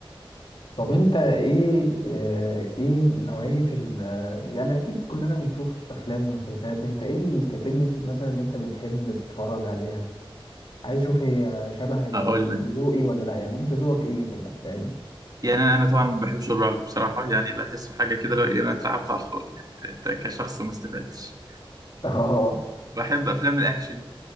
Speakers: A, on the left (about 60°); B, on the right (about 40°).
A: طب انت ايه آه، ايه نوعية ال آه، يعني اكيد كلنا بنشوف افلام ومسلسلات انت ايه الكاتيجوريز مثلا اللي انت بتحب تتفرج عليها عايز اشوف هي شبه ال-
B: اقول لك
A: ذوقي ولا لا يعني انت ذوقك ايه في الافلام
B: يعني انا أنا طبعا ما بحبش الرعب بصراحة يعني بحسه حاجة كده لو إيه، انا اترعبت على الفاضي يعني انت كشخص ما استفدتش
A: <laughs> اه
B: فبحب افلام الاكشن